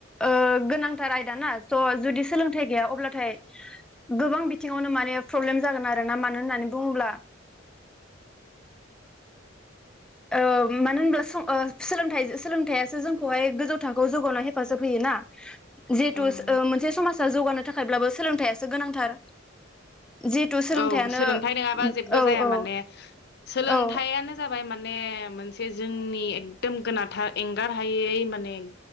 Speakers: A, in the centre; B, on the left.
A: ओ गोनांथार आयदा ना स जुदि सोलोंथाइ गैया अब्लाथाय गोबां बिथिङावनो माने प्रब्लेम जागोन आरोना मानो होन्नानै बुङोब्ला ओ मानो होनब्ला सं ओ सोलोंथाइ सोलोंथाइआसो जोंखौहाय गोजौ थाखोआव जौगावनायाव हेफाजाब होयोना जिहेथु
B: औ
A: <unintelligible> मोन मोनसे समाजा जौगानो थाखायब्लाबो सोलोंथाइआसो गोनांथार जिहेथु सोलोंथाइयानो
B: औ सोलोंथाइ नङाबा जेबो
A: औ
B: जाया
A: औ
B: माने सोलोंथाइानो
A: औ
B: जाबाय मान माने मोनसे जोंनि एकदम गोनांथार एंगार हायै माने